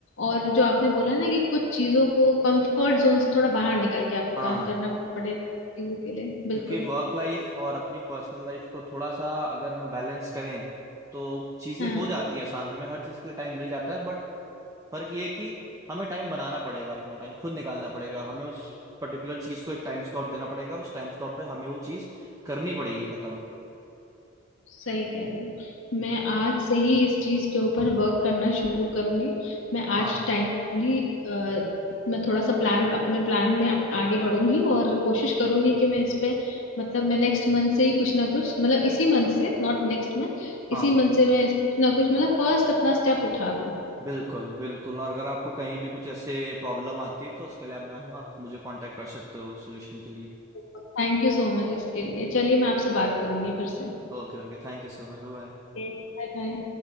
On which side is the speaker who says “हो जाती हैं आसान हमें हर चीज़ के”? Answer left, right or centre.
Right